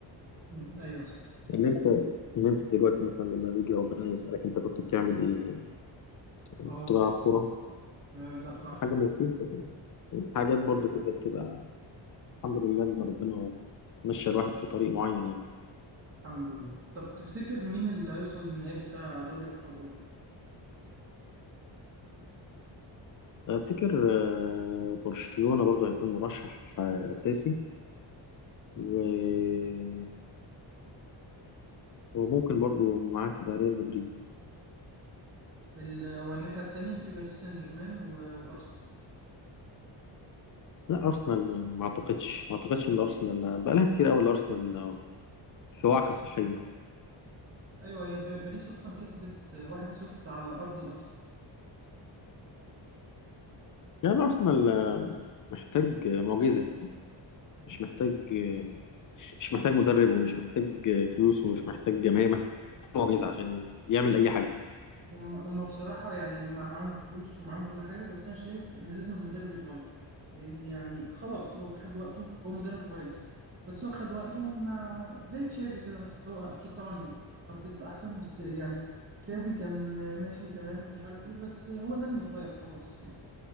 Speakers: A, on the right (about 30°); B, on the left (about 45°).
A: مم. ايوه صح
B: إن أنت إن أنت دلوقتي مثلا لما بيجي ربنا يسألك أنت كنت بتعمل إيه؟ كنت
A: اه
B: بلعب كورة
A: تمام لا صح
B: حاجة مفيدة يعني. حاجات برضو كده بتبقى الحمد لله إن ربنا مشى الواحد في طريق معين يعني
A: الحمد لله طب تفتكر مين اللي هيوصل للنهائي بتاع دوري ابطال اوروبا
B: افتكر آه، برشلونة برضو هيكون مرشح آه، اساسي و- وممكن برضو معاه تبقى ريال مدريد
A: ال- هو الناحيه التانية في باريس سان جيرمان و- وارسنال
B: لا ارسنال ما ما اعتقدش ما اعتقدش ان ارسنال بقالها كتير قوي الارسنال آه، في وعكة صحية
A: ايوه هي ب- باريس اصلا كسبت آه، 1-0 على ارض الارسنال
B: يعني الارسنال آه، محتاج آه، معجزة مش محتاج آه، مش محتاج مدرب ومش محتاج آه، فلوس ومش محتاج جماهير محتاج معجزة عشان يعمل اي حاجة
A: هم هم بصراحة يعني هم معاهم فلوس ومعاهم كل حاجة بس أنا شايف إن لازم المدرب يتغير لأن يعني خلاص هو خد وقته هو مدرب كويس بس هو خد وقته مع زي تشافي كده مثلا هو أكيد طبعا أرتيتا أحسن بس يعني تشافي كان ماشي تمام ومش عارف إيه بس هو لازم يتغير خلاص يعني